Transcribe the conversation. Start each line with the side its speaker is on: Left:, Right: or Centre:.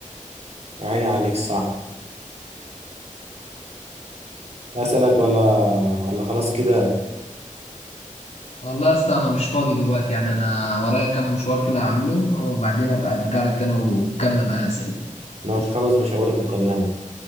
Right: يا عيني عليك صح أسألك ولا ولا خلاص كده
Left: والله يا اسطى انا مش فاضي دلوقتي يعني انا ورايا كام مشوار كده هعمله وبعدين ابقى ارجع لك تاني وكمل معايا اسئله
Right: ماشي خلاص مش هوريك وكلمك